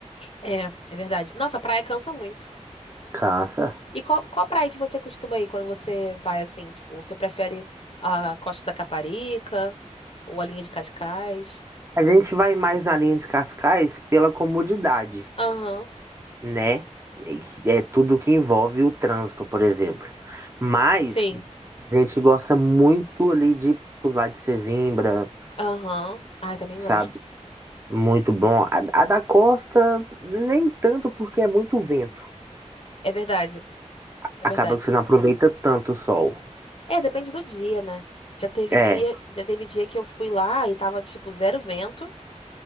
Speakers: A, on the left; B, on the right.
A: É, é verdade. Nossa, a praia cansa muito.
B: Cansa.
A: E qual, qual praia que você costuma ir quando você vai assim? Tipo, você prefere a Costa da Caparica ou a linha de Cascais?
B: A gente vai mais na linha de Cascais pela comodidade,
A: Aham,
B: né? E que É tudo que envolve o trânsito, por exemplo. Mas
A: sim.
B: a gente gosta muito ali de pular de Sesimbra,
A: Aham. Ai, também
B: sabe?
A: gosto.
B: Muito bom. A, a da costa, nem tanto porque é muito vento.
A: É verdade. É
B: Acaba
A: verdade.
B: que você não aproveita tanto o sol.
A: É, depende do dia, né? Já teve
B: É.
A: dia, já teve dia que eu fui lá e tava, tipo, zero vento.